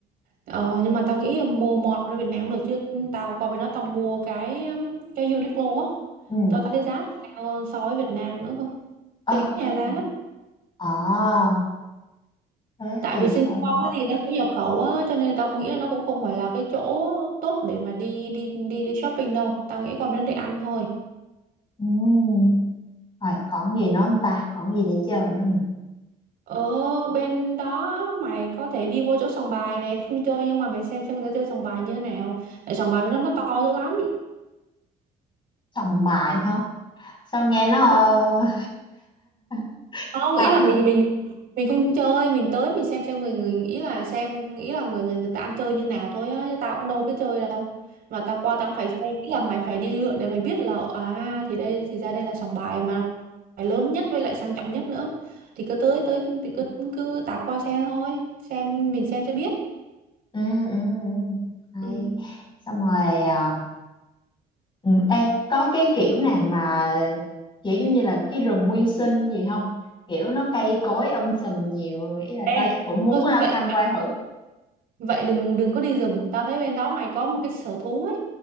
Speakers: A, on the right; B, on the left.
A: ờ, nhưng mà tao nghĩ là mua món ở Việt Nam cũng được chứ tao qua bên đó tao mua cái um, cái Uniqlo á
B: Ừ.
A: tao tao thấy giá cao hơn so với Việt Nam nữa cơ
B: Ờ,
A: tính nhà
B: đây.
A: giá
B: Ờ, thế
A: tại
B: thì
A: vì Singapore
B: thôi.
A: thì nó cũng nhập khẩu á cho nên tao nghĩ là nó cũng không phải là cái chỗ tốt để mà đi đi đi đi shopping đâu tao nghĩ qua bên đó để ăn thôi
B: Ừ. Rồi, còn gì nữa không ta? Còn gì để chơi nữa không?
A: Ở bên đó mày có thể đi vô chỗ sòng bài này không chơi nhưng mà mày xem xem người ta chơi sòng bài như thế nào tại sòng bài bên đó nó to dữ lắm
B: Sòng bài hả? Sao nghe nó... ờ,
A: Ờ,
B: <laughs>
A: không
B: ta...
A: ý là mình mình mình không chơi mình tới mình xem xem người người ý là xem ý là người người người ta ăn chơi như nào thôi á chứ tao cũng đâu biết chơi đâu mà tao qua tao cũng phải xem ý là mày phải đi lượn để mày biết là à thì đây thì ra đây là sòng bài mà nó phải lớn nhất với lại sang trọng nhất nữa thì cứ tới tới thì cứ cứ tạt qua xem thôi xem
B: Ừ.
A: mình xem cho biết
B: Ừ, ừ, ừ. Hay.
A: ừ.
B: Xong rồi... ờ, Ừ, ê, có cái kiểu nào mà kiểu giống như là cái rừng nguyên sinh gì không? Kiểu nó cây cối um sùm nhiều, ý là
A: Ê,
B: tao cũng muốn
A: thôi
B: ờ,
A: thôi vậy
B: tham quan thử.
A: vậy đừng đừng có đi rừng tao thấy bên đó mày có một cái sở thú ấy